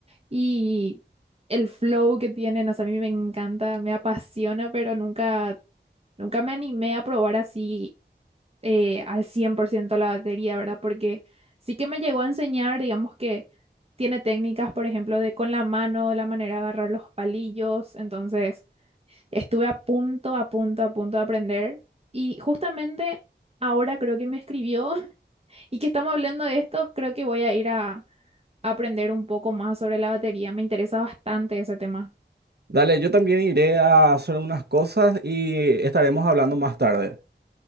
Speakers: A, on the right; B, on the right.
A: y el flow que tiene, no sé, a mí me encanta, me apasiona, pero nunca, nunca me animé a probar así eh, al 100% la batería, ¿verdad? Porque sí que me llegó a enseñar, digamos que tiene técnicas, por ejemplo, de con la mano, la manera de agarrar los palillos. Entonces, estuve a punto, a punto, a punto de aprender. Y justamente ahora creo que me escribió <laughs> y que estamos hablando de esto, creo que voy a ir a a aprender un poco más sobre la batería. Me interesa bastante ese tema.
B: Dale, yo también iré a hacer unas cosas y estaremos hablando más tarde.